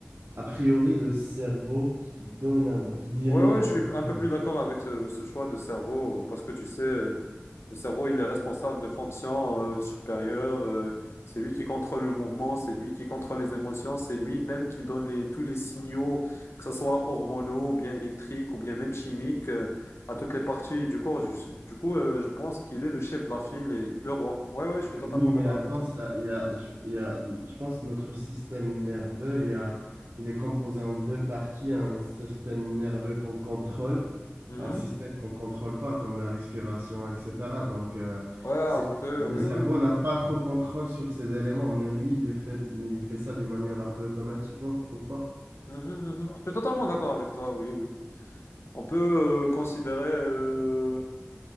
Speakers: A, on the right; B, on the left.
A: a priori, le cerveau qui donne, un- bah, qui dirige
B: Ouais, ouais,
A: un
B: je suis
A: peu.
B: un peu
A: euh,
B: plus d'accord avec ce, ce choix de cerveau, parce que tu sais, euh, le cerveau, il est responsable de fonctions euh, supérieures, euh, c'est lui qui contrôle le mouvement, c'est lui qui contrôle les émotions, c'est lui-même qui donne les, tous les signaux, que ce soit hormonaux, ou bien électriques, ou bien même chimiques, euh, à toutes les parties du corps. Je- du coup, euh, je pense qu'il est le chef de la file et le roi. Ouais, ouais, je suis
A: Oui,
B: totalement
A: mais
B: d'accord
A: attends,
B: avec toi.
A: ça, il y a, je, il y a- je pense que notre système nerveux, il y a, il est composé en deux parties, un système nerveux qu'on contrôle,
B: Mhm.
A: un système qu'on contrôle pas, comme la respiration, etc. Donc, euh,
B: Ouais, après,
A: c'est, le
B: oui,
A: cerveau
B: oui. oui.
A: n'a pas trop contrôle sur ces éléments. Même lui, il les fait, il fait ça d'une manière un peu automatique, non, tu trouves pas?
B: Mhm, mhm. Je suis totalement d'accord avec toi, oui, oui. On peut euh, considérer euh,